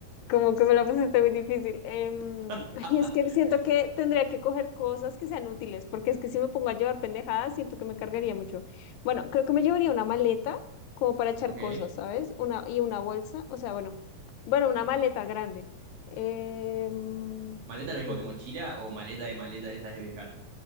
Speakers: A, on the left; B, on the right.
A: Como que me la pusiste muy difícil. Em,
B: <laughs>
A: <laughs> ay, es que siento que tendría que coger cosas que sean útiles, porque es que si me pongo a llevar pendejadas, siento que me cargaría mucho. Bueno, creo que me llevaría una maleta como para echar
B: ok.
A: cosas, ¿sabes? Una, y una bolsa, o sea, bueno, bueno, una maleta grande. Em,
B: ¿Maleta
A: estoy-
B: lo mismo que mochila o maleta de maleta de esas de viajar?